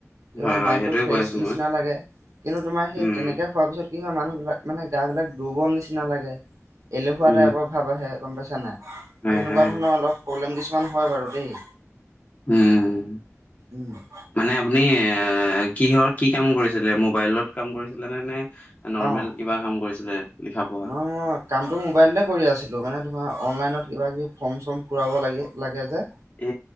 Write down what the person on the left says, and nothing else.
হয়, হয়,
সেইটোয়ে
কৈ আছো
মই।
উম,
উম,
হয়,
হয়,
উম।
মানে আপুনি এ কিহৰ কি কাম কৰিছিলে মোবাইলত? কাম কৰিছিলে নে, নে নৰ্মেল
কিবা কাম কৰিছিলে লিখা-পঢ়া?
এ